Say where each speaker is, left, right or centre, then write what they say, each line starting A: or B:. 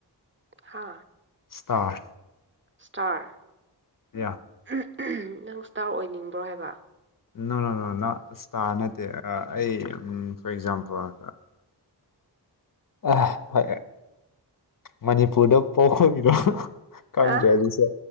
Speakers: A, on the right (about 30°); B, on the left (about 50°).
A: ꯍꯥꯥ
B: ꯁꯇꯥꯔ
A: ꯁꯇꯥꯔ
B: ꯌꯥ
A: <unintelligible> ꯅꯪ ꯏꯁ꯭ꯇꯥꯔ ꯑꯣꯏꯅꯤꯡꯕ꯭ꯔꯣ ꯍꯥꯏꯕ
B: ꯅꯣꯅꯣꯅꯣ ꯅꯣ ꯏꯁ꯭ꯇꯥꯔ ꯅꯠꯇꯦ ꯑꯩ ꯐꯣꯔ ꯑꯦꯛꯖꯥꯝꯄꯜ <unintelligible> ꯃꯅꯤꯄꯨꯔꯗ ꯄꯣꯛ <unintelligible> ꯔꯣ ꯀꯪꯗ꯭ꯔꯦ
A: ꯍꯥ
B: ꯑꯗꯨꯁꯦ